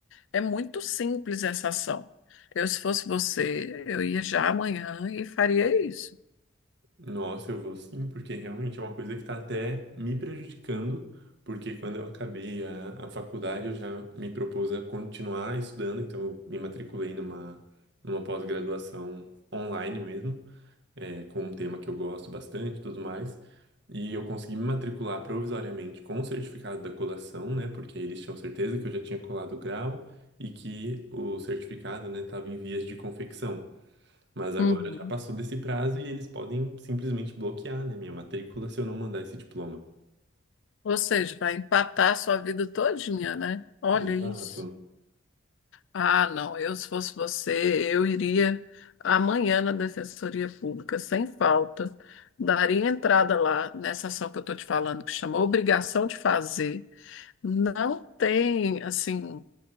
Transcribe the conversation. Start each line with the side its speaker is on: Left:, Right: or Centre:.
Left: É muito simples essa ação. Eu, se fosse você, eu ia já amanhã e faria isso.
Right: Nossa, eu vou sim, porque realmente é uma coisa que está até me prejudicando, porque quando eu acabei a, a faculdade eu já me propus a continuar estudando, então eu me matriculei numa, numa pós-graduação online mesmo, é, com um tema que eu gosto bastante e tudo mais, e eu consegui me matricular provisoriamente com o certificado da colação, né, porque eles tinham certeza que eu já tinha colado o grau e que o certificado, né, estava em vias de confecção. Mas agora
Left: Uhum.
Right: já passou desse prazo e eles podem simplesmente bloquear, né, minha matrícula se eu não mandar esse diploma.
Left: Ou seja, vai empatar a sua vida todinha, né? Olha
Right: Exato.
Left: isso. Ah, não, eu se fosse você, eu iria amanhã na Defensoria Pública, sem falta, daria entrada lá nessa ação que eu estou te falando, que chama obrigação de fazer. Não tem, assim,